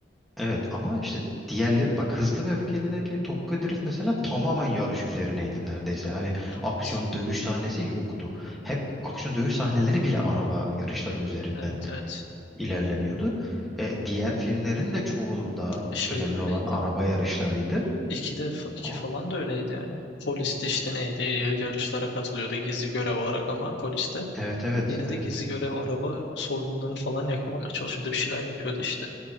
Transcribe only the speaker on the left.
Evet.
Evet evet.
E şey
de öyleydi.
2'de fa- iki
falan da öyleydi yani. Poliste işte neydi? y- Yarışlara katılıyordu gizli görev olarak ama poliste
yine
de gizli görev araba soygunlarını falan yakalamaya çalışıyordu. Bir şeyler yapıyordu işte.